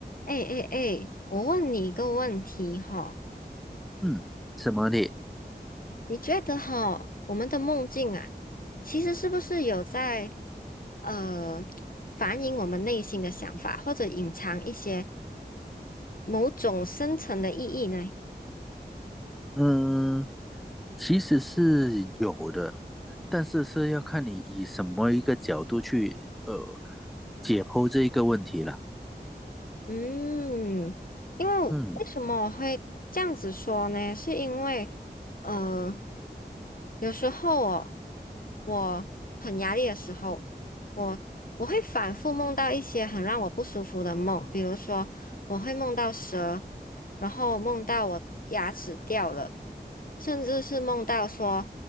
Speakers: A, on the left; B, in the centre.
A: 哎哎哎，我问你一个问题哈，
B: 嗯，什么的？
A: 你觉得哈，我们的梦境啊，其实是不是有在呃反映我们内心的想法，或者隐藏一些某种深层的意义呢？
B: 嗯，其实是有的，但是是要看你以什么一个角度去呃解剖这一个问题了。
A: 嗯，因为为什么我会这样子说呢？
B: 嗯，
A: 是因为，呃，有时候我我很压力的时候，我我会反复梦到一些很让我不舒服的梦，比如说我会梦到蛇，然后梦到我牙齿掉了，甚至是梦到说，